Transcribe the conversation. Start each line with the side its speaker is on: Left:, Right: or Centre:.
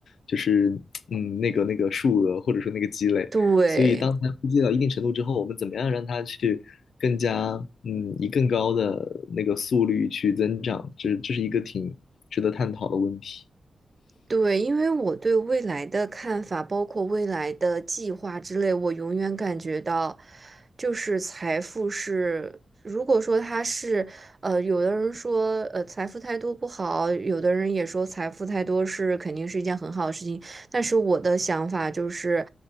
Left: 就是嗯那个那个数额或者说那个积累。
Right: 对。
Left: 所以当财富积累到一定程度之后，我们怎么样让它去更加嗯以更高的那个速率去增长，这这是一个挺值得探讨的问题。
Right: 对，因为我对未来的看法，包括未来的计划之类，我永远感觉到，就是财富是，如果说它是，呃，有的人说，呃，财富太多不好，有的人也说财富太多是肯定是一件很好的事情，但是我的想法就是，